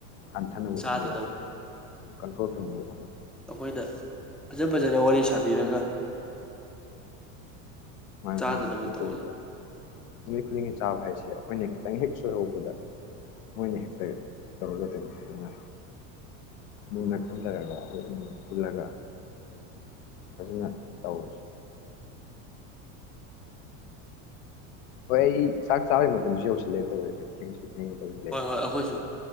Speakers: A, on the left; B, in the centre.
A: ꯍꯟꯊꯥꯅꯕ
B: ꯆꯥꯗꯅꯕ
A: ꯍꯣꯠꯅꯕ ꯀꯟꯇꯔ꯭ꯣꯜ
B: ꯑꯩꯈꯣꯏꯗ ꯐꯖ ꯐꯖꯅ ꯋꯥꯔꯤ ꯁꯥꯕꯤꯔꯒ
A: ꯃꯥ
B: ꯆꯥꯗꯅꯕ
A: ꯃꯥꯅꯤ ꯀꯟꯇ꯭ꯔꯣꯜꯗ
B: ꯇꯧꯕꯗ
A: ꯅꯨꯃꯤꯠ ꯈꯨꯗꯤꯡꯒꯤ ꯆꯥꯕ ꯍꯥꯏꯁꯦ ꯁꯦ ꯑꯩꯈꯣꯏꯅ ꯈꯤꯇꯪ ꯍꯦꯛ ꯁꯣꯏꯍꯧꯕꯗ ꯃꯣꯏꯅ ꯍꯦꯛꯇ ꯇꯧꯔꯒꯗꯣꯏꯅꯤ ꯑꯗꯨꯅ ꯃꯨꯟꯅ ꯈꯟꯊꯔꯒ ꯑꯩꯈꯣꯏ ꯃ ꯄꯨꯜꯂꯒ ꯐꯖꯅ ꯇꯧꯔꯁꯤ ꯍꯣꯏ ꯑꯩ ꯆꯥꯛ ꯆꯥꯕꯩ ꯃꯇꯝꯁꯨ ꯌꯧꯁꯤꯜꯂꯦ ꯇꯧꯔꯤꯁꯦ ꯊꯦꯡꯉꯦ ꯇꯧꯁꯤꯜꯂꯛꯑꯦ
B: ꯍꯣꯏ ꯍꯣꯏ ꯑꯩꯈꯣꯏꯁꯨ